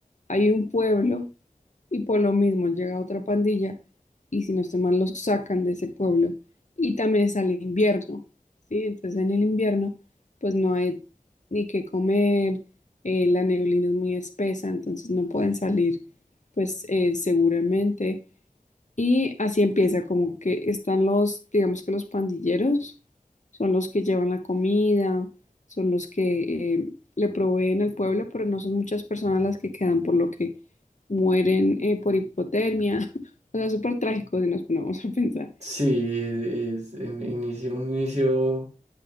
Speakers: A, on the left; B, on the right.
A: hay un pueblo y por lo mismo llega otra pandilla y si no estoy mal los sacan de ese pueblo y también está el invierno, ¿sí? Entonces en el invierno pues no hay ni qué comer, eh, la neblina es muy espesa, entonces no pueden salir pues eh, seguramente y así empieza, como que están los, digamos que los pandilleros, son los que llevan la comida, son los que eh, le proveen al pueblo, pero no son muchas personas las que quedan, por lo que mueren eh, por hipotermia. <laughs> O sea, súper trágico si nos ponemos a pensar.
B: Sí, es, en- inicio- un inicio